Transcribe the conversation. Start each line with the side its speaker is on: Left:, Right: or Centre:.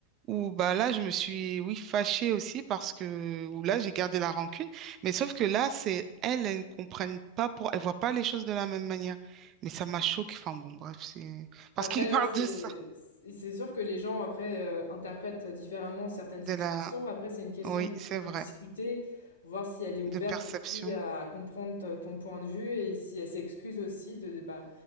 Right: Ou bah là, je me suis, oui, fâchée aussi parce que, ou là, j'ai gardé la rancune. Mais sauf que là, c'est elles, elles ne comprennent pas pour, elles voient pas les choses de la même manière. Mais ça m'a choquée. Enfin bon, bref, c'est parce
Left: Après,
Right: qu'on <laughs> parle
Left: ouais, c'est
Right: de ça,
Left: c'est c'est sûr que les gens après euh, interprètent différemment certaines
Right: de
Left: situations.
Right: la,
Left: Après, c'est une question
Right: oui,
Left: de
Right: c'est vrai,
Left: faut discuter, voir si elle est ouverte
Right: de perception.
Left: aussi à, à comprendre t- ton point de vue et si elle s'excuse aussi de bah